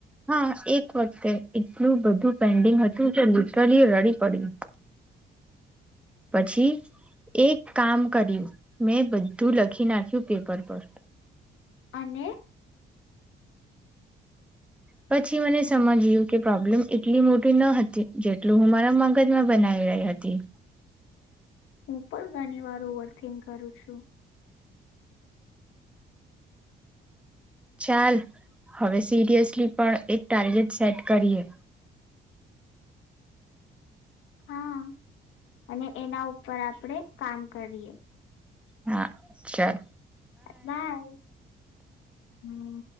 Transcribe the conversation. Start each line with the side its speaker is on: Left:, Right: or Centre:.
Centre: હા એક વખતે એટલું બધું પેન્ડિંગ હતું કે લિટરલી રડી પડી. પછી એક કામ કર્યું મેં બધું લખી નાખ્યું પેપર પર.
Left: અને?
Centre: પછી મને સમજ્યું કે પ્રોબ્લેમ એટલી મોટી ન હતી જેટલું હું મારા મગજમાં બનાવી રહી હતી.
Left: હું પણ ઘણી વાર ઓવરથીક કરું છું.
Centre: ચાલ હવે સિરિયસલી પણ એક ટાર્ગેટ સેટ કરીએ.
Left: હા અને એના ઉપર આપણેે કામ કરીએ.
Centre: હા ચાલ.
Left: બાય. હમ્મ.